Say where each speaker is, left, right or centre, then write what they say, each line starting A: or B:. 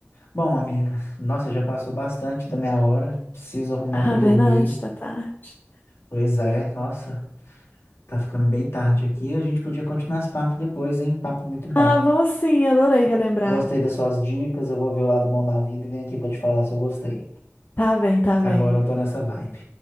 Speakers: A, on the left; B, on the left.
A: bom, amiga. Nossa, já passou bastante da minha hora. Preciso arrumar
B: Ah,
A: para dormir.
B: verdade, tá tarde.
A: Pois é, nossa, tá ficando bem tarde aqui. A gente podia continuar esse papo depois, hein? Papo muito bom.
B: Ah, vamos sim, adorei relembrar.
A: Gostei das suas dicas. Eu vou ver o lado bom da vida e venho aqui para te falar se eu gostei.
B: Tá bem, tá
A: Que
B: bem.
A: agora eu tô nessa vibe.